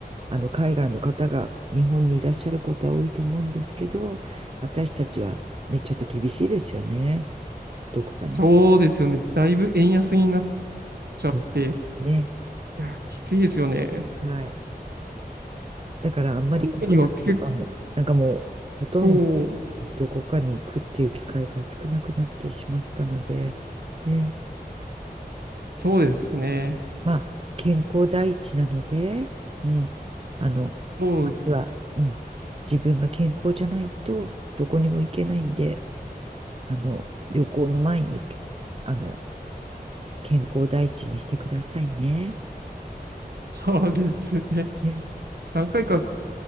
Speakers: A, on the right (about 35°); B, on the right (about 75°).
A: あの、海外の方が日本にいらっしゃることは多いと思うんですけど、私たちはね、ちょっと厳しいですよね。どこかに。
B: そうですよね。だいぶ円安になっちゃって、
A: そ
B: い
A: う。ね。
B: や、きついですよね。
A: はい。だからあんまり国内とかも、
B: 福岡には結
A: なんかもう、ほとんど
B: 構、
A: どこかに行くっていう機会が少なくなってしまったので、ね。
B: そうですね。
A: まあ、健康第一なので、うん。あの、
B: そう、
A: まずは、うん。自分が健康じゃないと、どこにも行けないんで、あの、旅行の前に、あの、健康第一にしてくださいね。
B: そうですね。
A: ね。
B: 何回か